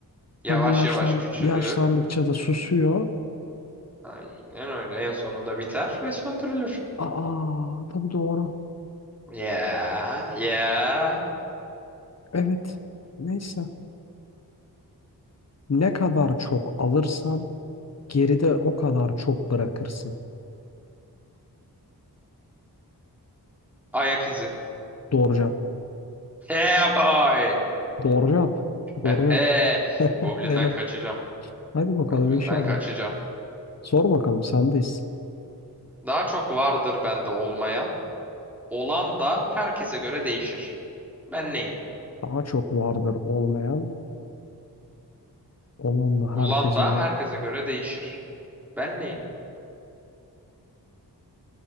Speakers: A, in the centre; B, on the left (about 40°).
A: Yavaş
B: Tabii yaşlan
A: yavaş küçülür.
B: yaşlandıkça da susuyor.
A: Aynen öyle. En sonunda biter ve söndürülür.
B: Aa, tabii doğru.
A: Yeah, yeah.
B: Evet. Neyse. Ne kadar çok alırsan geride o kadar çok bırakırsın.
A: Ayak izi.
B: Doğru cevap.
A: Yeah boy.
B: Doğru cevap. Doğru
A: <laughs>
B: cevap.
A: Goblin'den
B: <laughs> Helal.
A: kaçacağım.
B: Hadi bakalım
A: Goblin'den
B: inşallah.
A: kaçacağım.
B: Sor bakalım sendeyiz.
A: Daha çok vardır bende olmayan. Olan da herkese göre değişir. Ben neyim?
B: Daha çok vardır olmayan Olan da
A: Olan
B: herkese
A: da
B: Vallahi.
A: herkese
B: göre.
A: göre değişir. Ben neyim?